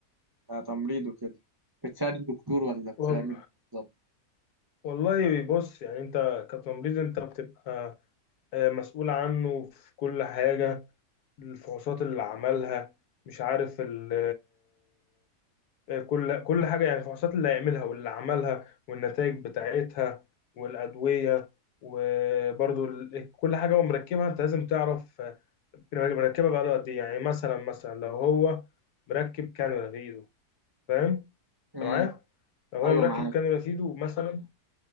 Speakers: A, on the right; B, on the left.
A: آه، كتمريض وكده بتساعد الدكتور ولا بتعمل
B: وال...
A: إيه بالظبط؟
B: والله بص يعني انت كتمريض انت بتبقى آه، مسؤول عنه في كل حاجه الفحوصات اللي عملها مش عارف ال كل كل حاجة يعني الفحوصات اللي هيعملها واللي عملها والنتائج بتاعتها والأدوية وبرضو ال- كل حاجة هو مركبها أنت لازم تعرف آه، مركبها بقاله قد إيه يعني مثلا مثلا لو هو مركب كانولا في إيده فاهم؟ أنت
A: امم
B: معايا؟ لو هو
A: ايوه
B: مركب
A: معاك
B: كانولا في إيده مثلا